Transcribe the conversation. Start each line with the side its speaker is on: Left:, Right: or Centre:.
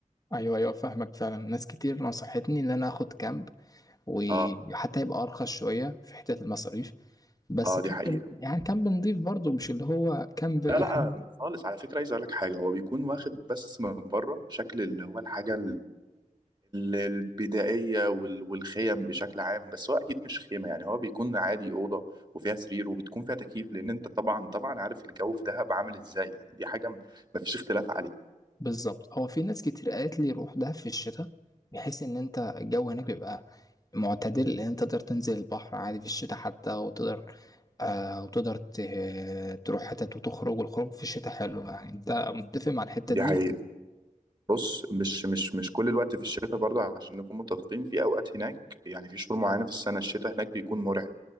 Left: أيوه أيوه فاهمك فعلا ناس كتير نصحتني إن أنا آخد كامب وحتى
Right: اه
Left: يبقى أرخص شوية في حتة المصاريف بس
Right: اه
Left: كامب
Right: دي حقيقه
Left: يعني كامب نضيف برضه مش اللي هو كامب
Right: لا لا
Left: <laughs>
Right: خالص على فكره عايز اقول لك حاجه هو بيكون واخد بس من بره شكل اللي هو الحاجه ال- البدائية وال- والخيم بشكل عام بس هو أكيد مش خيمة يعني هو بيكون عادي أوضة وفيها سرير وبتكون فيها تكييف لأن أنت طبعا طبعا عارف الجو في دهب عامل إزاي يعني دي حاجة م- مفيش اختلاف عليه
Left: بالظبط هو في ناس كتير قالت لي روح دهب في الشتاء بحيث ان انت الجو هناك بيبقى معتدل ان انت تقدر تنزل البحر عادي في الشتاء حتى وتقدر آه وتقدر ت- تروح حتت وتخرج والخروج في الشتاء حلو يعني انت متفق مع الحتة
Right: دي
Left: دي
Right: حقيقة
Left: ولا
Right: بص مش مش مش كل الوقت في الشتاء برضه عشان نكون متفقين في اوقات هناك يعني في شهور معينه في السنه الشتاء هناك بيكون مرعب